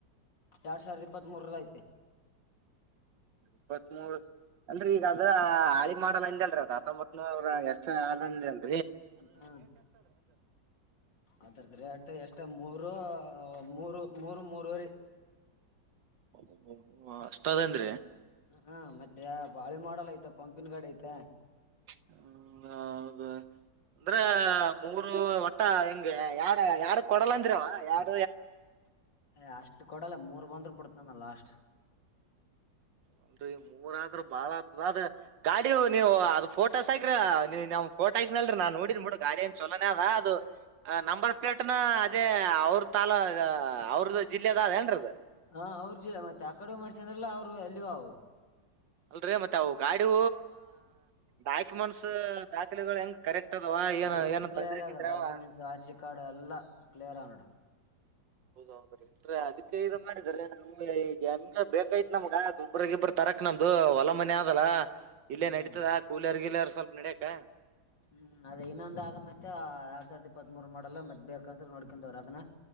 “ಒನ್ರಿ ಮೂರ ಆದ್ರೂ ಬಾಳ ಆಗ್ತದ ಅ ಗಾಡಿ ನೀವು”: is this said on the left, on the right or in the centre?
Right